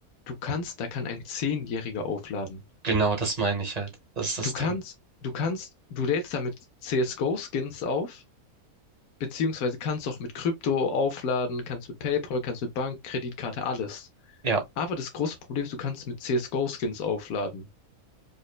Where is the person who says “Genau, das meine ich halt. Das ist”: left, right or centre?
Right